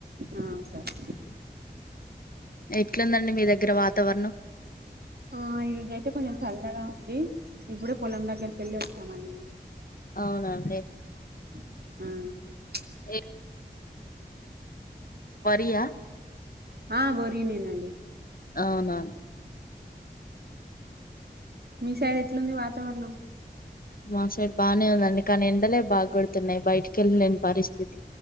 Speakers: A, on the right; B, on the left.
A: ఆ సరే
B: ఎట్లుందండి మీ దగ్గర వాతావరణం
A: ఆ ఈ రోజయితే కొంచెం చల్లగా ఉంది ఇప్పుడే పొలం దగ్గరికి వెళ్ళి వస్తామండి మేము
B: అవున అండి
A: మ్
B: ఏ <inaudible> వరియా
A: ఆ వరి నేనండి
B: అవునా
A: మీ సైడ్ ఎట్లుంది వాతావరణం
B: మా సైడ్ బాగానే ఉందండి కానీ ఎండలే బాగ కొడుతున్నాయి బయటికెళ్ళలేని పరిస్థితి